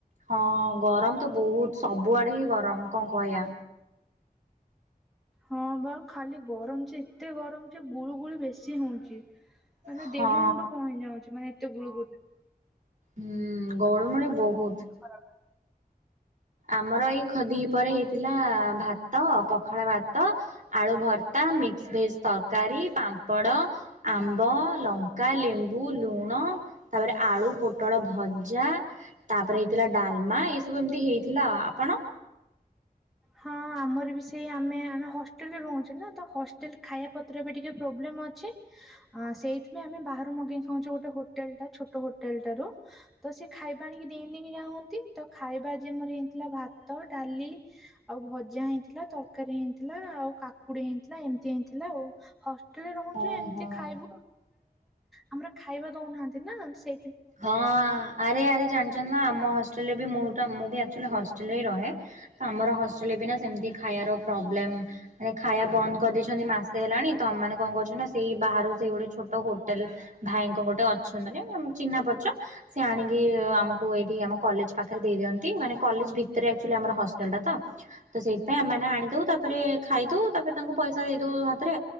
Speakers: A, on the right (about 55°); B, in the centre.
A: ହଁ ଗରମ ତ ବୋହୁତ ସବୁଆଡେ ହିଁ ଗରମ କଣ କହିବା।
B: ହଁ ବା ଖାଲି ଗରମ ଯେ ଏତେ ଗରମ ଯେ ଗୁଳୁ ଗୁଳି ବେଶୀ ହୋଉଚି। ମାନେ
A: ହଁ।
B: ଦେହ ମୁଣ୍ଡ କଣ ହେଇଯାଉଚି ମାନେ ଏତେ ଗୁଳୁଗୁଳି
A: ହୁଁ ଗରମରେ ବୋହୁତ।
B: ଖରାବେଳେ?
A: ଆମର ଏଇ ଖଦିି ପରେ ହେଇଥିଲା ଭାତ ପ ପଖାଳ ଭାତ ଆଳୁ ଭର୍ତ୍ତା ମିକ୍ସ ଭେଜ ତରକାରୀ ପାମ୍ପଡ଼। ଆମ୍ବ ଲଙ୍କା ଲେମ୍ବୁ ଲୁଣ ତାପରେ ଆଳୁ ପୋଟଳ ଭ ଜା ତାପରେ ହେଇଥିଲା ଡାଲମା ଏ ସବୁ ଏମିତି ହେଇଥିଲା ଆପଣ।
B: ହଁ ଆମର ବି ସେଇ ଆମେ ଆମେ ହଷ୍ଟେଲରେ ରହୁଛେ ନା ତ ହଷ୍ଟେଲ ଖାଇବା ପତ୍ର ବି ଟିକେ ପ୍ରୋବ୍ଲେମ୍ ଅଛି ସେଇଥିପାଇଁ ଆମେ ବାହରୁ ମଗେଇ ଖାଉଛୁ ଗୋଟେ ହୋଟେଲ ଟା ଛୋଟ ହୋଟେଲାରୁ। ତ ସେ ଖାଇବା ଆଣିକି ଦେଇଁ ଦେଇି ଯାଉନ୍ତି ତ ଖାଇବା ଯେ ମର ହେଇଥିଲା ଭାତ ଡାଲି। ଆଉ ଭଜା ହେଇଥିଲା ତରକାରୀ ହେଇଥିଲା ଆଉ କାକୁଡି ହେଇଥିଲା ଏମିତି ହେଇଥିଲା ଆଉ। ହଷ୍ଟେଲରେ ରହୁଚୁ
A: ହଁ
B: ଏମିତି
A: ହଁ
B: ଖାଇବୁଇଆ ଆମର ଖାଇବା ଦଉନାହାନ୍ତି ନା। ସେ
A: ହଁ ଆରେ ଆରେ ଜାଣିଚ ନା ଆମ ହ ହ ମୁଁ ମୁଁ ବିଚ ହଷ୍ଟେଲରେ ରହେ ଆମର ହଷ୍ଟେଲରେ ବିନା ସେମିତି ଖାଇ ପ୍ରୋବ୍ଲେମ୍ ମାନେ ଖାଇବା ବନ୍ଦ କରିଦେଇଛନ୍ତି ମାସେ ସେ ହେଲାଣି ତମାନେ କଣ କରୁଚ ନା ସେଇ ବାହାରୁ ସେଇ ଗୋଟେ ଛୋଟ ହୋଟେଲ ଭାଇଙ୍କ ଗୋଟେ ଅଛ ମାନେ ଚିହ୍ନା ପରିଚ ସେ ଆଣିକି ଆମକୁ ଏଇଠି ଆମ କଲେଜ ପାଖରେ ଦେଇିଅନ୍ତି ମାନେ କଲେଜ ଭିତରେଚ ଆମ ହଷ୍ଟେଲ ଟା ତ ସେଇପାଇ ଆମେ ଆଣିଦୋଉ ତାପରେ ଖାଇଦୋଉ ତାପରେ ତାଙ୍କୁ ପଇସା ଦେଇ ଦୋଉ ହାତରେ